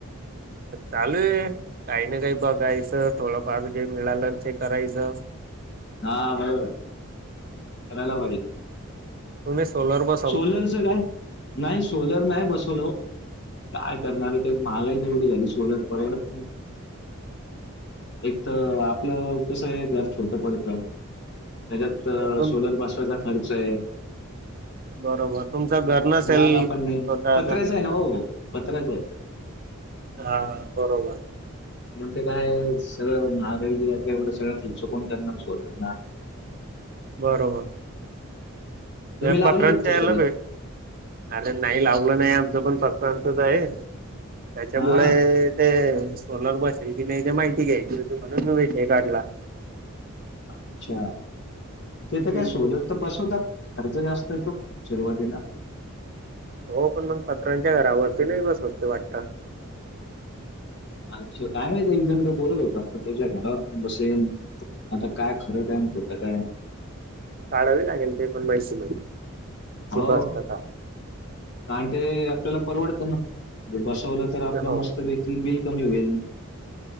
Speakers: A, on the right; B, on the left.
A: चालू आहे काही ना काही बघायचं थोडं पाार जे मिळालं ते करायचं <unintelligible>
B: हा बराबर करायला पाहिजे <unintelligible>
A: तु्ही सोलर ब <unintelligible>
B: सोलरचं काय नाही सोलर नाही बसव काय करणार आहे ते महागाई एवढी झाली सोलर परवडत नाही
A: <inaudible> <unintelligible>
B: एक तर आपलं कसं आहे घर छोडटं पडेत त्याच्यात
A: तुमच
B: सोलर बसवाचा खर्च आहे <unintelligible>
A: बरोबर तुमच घर <unintelligible>
B: जागा पण
A: स्वतःचा
B: नाही पत्र्याच आहे ना हो पत्र्याच आहे.
A: हा, बरोबर.
B: ते काय सगळं महगाई एवढ सगळं खर्च कोण करणार, सोलारला
A: बरोबर ह्या
B: तुम्ही लावलं
A: पत्रांच्या
B: वाटतं सोलर
A: हेला भे अरे नाही लावलं नाही, आमचं पण पत्रांचच आहे, त्याच्यामुळे
B: हा
A: ते सोलर बसेल की नाही ते माहिती घ्यायची होती, म्हणून मी विषय काढला.
B: अच्छा! <unintelligible>
A: हम्म.
B: काय सोल- तर बसवतात, खर्च जास्त येतो सुरुवातीला
A: हो, पण मग पत्रांच्या घरावरती नाही बसवत वाटत?
B: अच्छा! काय माहित एक <unintelligible> बोलत होता, पत्र्याच्या घरावर पण बसवेन आता काय खरं का आहे ना खोटं काय?
A: काढावी लागेल ते पण माहिती
B: हो,
A: ते बसतं का?
B: कारण ते आपल्याला परवडत ना, बसवलं- तर आपलं
A: हो
B: मस्त पैकी बिल कमी होईल.